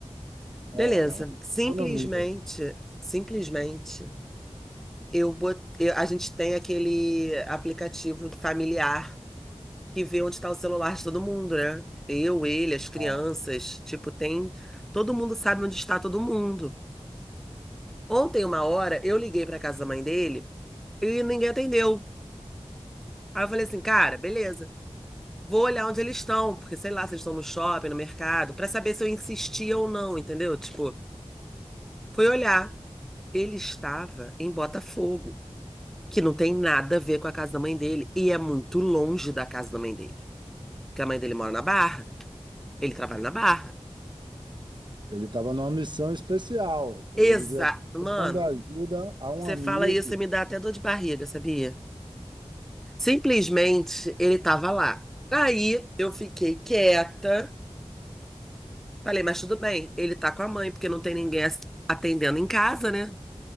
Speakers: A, on the right; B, in the centre.
A: É,
B: Beleza.
A: uma
B: Simplesmente,
A: economia.
B: simplesmente. Eu bot... eu- A gente tem aquele aplicativo familiar que vê onde está o celular de todo mundo, né? Eu, ele, as crianças,
A: Ah,
B: tipo, tem. Todo mundo sabe onde está todo mundo. Ontem, uma hora, eu liguei para casa da mãe dele e ninguém atendeu. Aí eu falei assim, cara, beleza. Vou olhar onde eles estão, porque sei lá se eles estão no shopping, no mercado, para saber se eu insistia ou não, entendeu? Tipo, foi olhar. Ele estava em Botafogo. que não tem nada a ver com a casa da mãe dele e é muito longe da casa da mãe dele. Porque a mãe dele mora na Barra, ele trabalha na Barra.
A: ele estava numa missão especial. Ele
B: Exa,
A: devia estar
B: mano,
A: dando ajuda a um
B: você
A: amigo.
B: fala isso e me dá até dor de barriga, sabia? Simplesmente ele tava lá. Aí eu fiquei quieta, falei, mas tudo bem, ele tá com a mãe, porque não tem ninguém as- atendendo em casa, né?